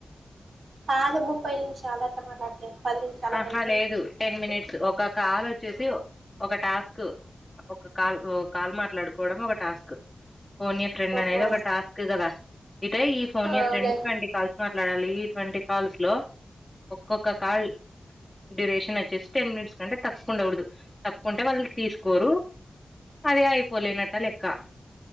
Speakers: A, on the right; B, in the centre.
A: కాదు ముప్పై నిమిషాల అట్లా మాట్లాడితే పది
B: ఆహా
A: కంటే
B: లేదు టెన్ మినిట్స్ ఒక కాల్ వచ్చేసి ఒక టాస్క్ ఒక కాల్ ఒ కాల్ మాట్లాడుకోడం ఒక టాస్క్ పోనియా ఫ్రెండ్
A: ఓహో
B: అనేది ఒక టాస్క్ కదా ఇట ఈ ఫోన్
A: అవులే
B: ఎ ఫ్రెండ్ ట్వంటీ కాల్స్ మాట్లాడాలి. ట్వంటీ కాల్స్ లో ఒక్కొ ఒక్క కాల్ డ్యూరేషన్ వచ్చేసి టెన్ మినిట్స్ కంటే తక్కు ఉండవుడదు తక్కుంటే వాళ్ళు తీసుకోరు, అదే అయిపోలేనట్ట లెక్క